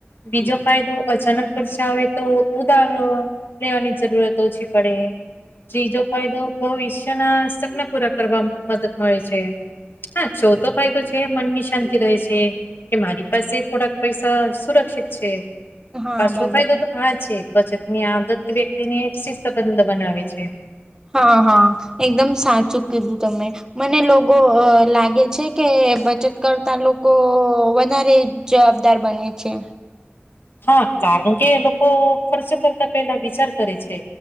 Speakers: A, on the left (about 55°); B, on the right (about 15°).
A: બીજો કાયદો અચાનક ખર્ચ આવે તો ઉધારો રહેેવાની જરૂરત ઓછી પડે ત્રીજો ફાયદો ભવિષ્યના સપના પૂરા કરવા મદદ મળે છે હા ચોથો ફાયદો છે મનની શાંતિ રહે છે કે મારી પાસે થોડાક પૈસા સુરક્ષિત છે
B: હા
A: પાછો
B: બરોબર
A: ફાયદો તો આ છે બચત ની આદત વ્યક્તિને એક શિતબંધ બનાવે છે
B: હા હા એકદમ સાચું કીધું તમે મને લોકો લાગે છે કે બચત કરતા લોકો વધારે જવાબદાર બન છે
A: હા કારણ કે લોકો ખર્ચો કરતા પેહલાં વિચાર કરે છે.